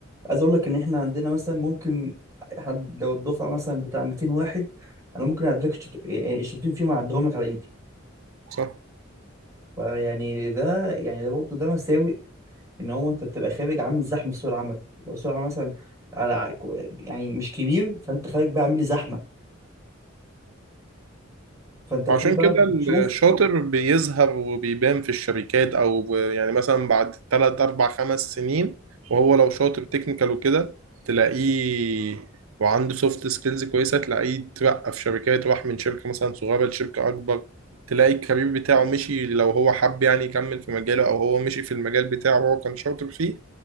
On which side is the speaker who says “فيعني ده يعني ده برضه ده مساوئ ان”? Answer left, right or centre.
Right